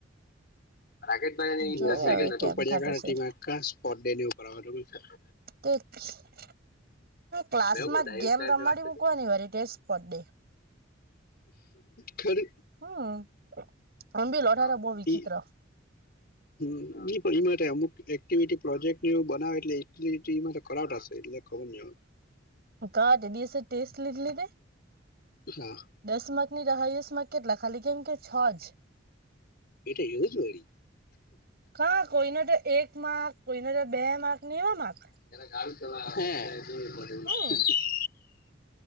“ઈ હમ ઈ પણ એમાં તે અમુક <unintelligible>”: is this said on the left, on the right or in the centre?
Left